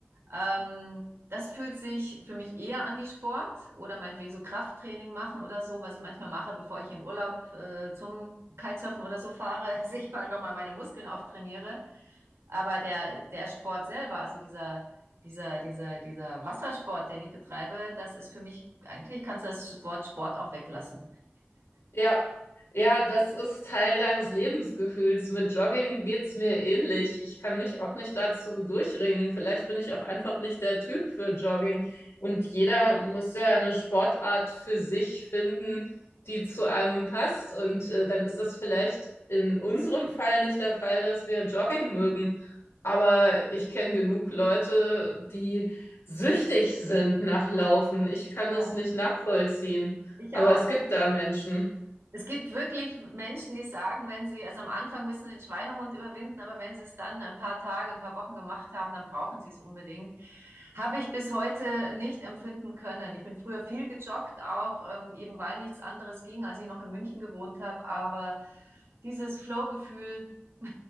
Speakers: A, on the right (about 75°); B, on the left (about 80°).
A: Ähm, das fühlt sich für mich eher an wie Sport oder meinetwegen so Krafttraining machen oder so, was ich manchmal mache, bevor ich in Urlaub äh, zum Kitesurfen oder so fahre, <laughs> dass ich mal nochmal meine Muskeln auftrainiere. Aber der, der Sport selber, also dieser, dieser, dieser, dieser Wassersport, den ich betreibe, das ist für mich, eigentlich kannst du das Wort Sport auch weglassen.
B: ja, Ja, das ist Teil deines Lebensgefühls. Mit Jogging geht's mir ähnlich. Ich kann mich auch nicht dazu durchringen. Vielleicht bin ich auch einfach nicht der Typ für Jogging. Und jeder
A: <laughs>
B: muss ja eine Sportart für sich finden, die zu einem passt. Und äh, dann ist das vielleicht in unserem Fall nicht der Fall, dass wir Jogging mögen. Aber ich kenne genug Leute, die süchtig sind nach Laufen. Ich kann
A: Ja.
B: es nicht nachvollziehen.
A: Ich
B: Aber
A: auch.
B: es gibt da Menschen.
A: Es gibt wirklich Menschen, die sagen, wenn sie, also am Anfang müssen den Schweinehund überwinden, aber wenn sie es dann ein paar Tage, ein paar Wochen gemacht haben, dann brauchen sie es unbedingt. Habe ich bis heute nicht empfinden können. Ich bin früher viel gejoggt, auch ähm, eben weil nichts anderes ging, als ich noch in München gewohnt habe, aber dieses Flow-Gefühl <laughs>